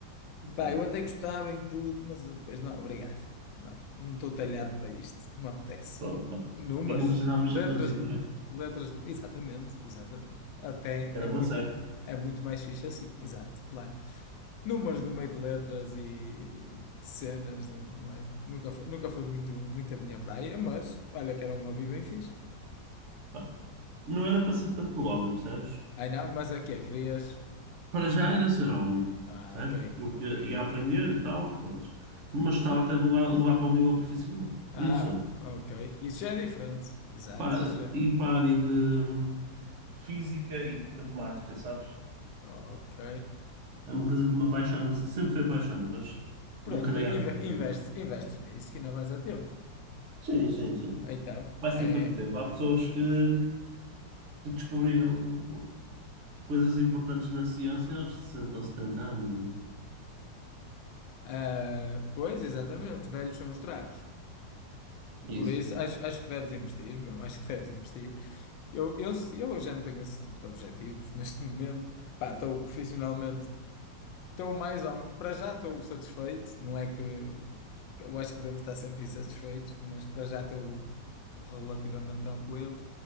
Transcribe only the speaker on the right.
Pá,
pronto, pá.
E não precisávamos
ser todos iguais,
era
uma seca.
Pá, Não era para ser tanto óleo, percebes?
Para já era ser hobby,
certo?
Porque
ia aprender
e tal, pronto. Mas estava até a levar levar para um nível profissional.
Não sei.
Pá,
e para a área de hum, física e matemática, sabes?
É uma coisa que me apaixona, sempre foi apaixonada, mas nunca
dei asa
para
isso.
Sim, sim, sim.
Vai sempre
a tempo. Há pessoas que, hum, que descobriram coisas importantes na ciência aos 60 ou 70 anos, não é?
Isso.